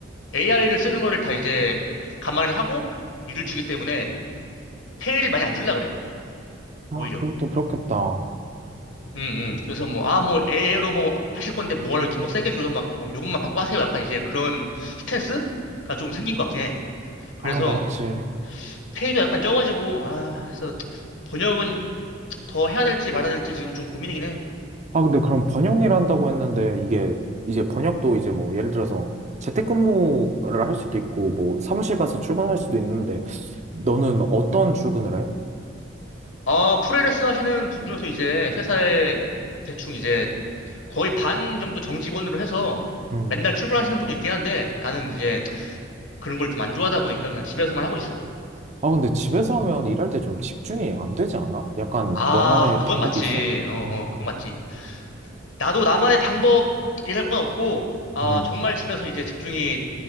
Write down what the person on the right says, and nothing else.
아,
그것도 그렇겠다.
아, 맞지.
아, 근데 그럼 번역 일 한다고 했는데 이게 이제 번역도 이제 뭐 예를 들어서 재택근무를 할 수도 있고 뭐 사무실 가서 출근할 수도 있는데 너는 어떤 출근을 해?
음.
아, 근데 집에서 하면 일할 때 좀 집중이 안 되지 않아? 약간
너만의
방법이
있어?
음,
음,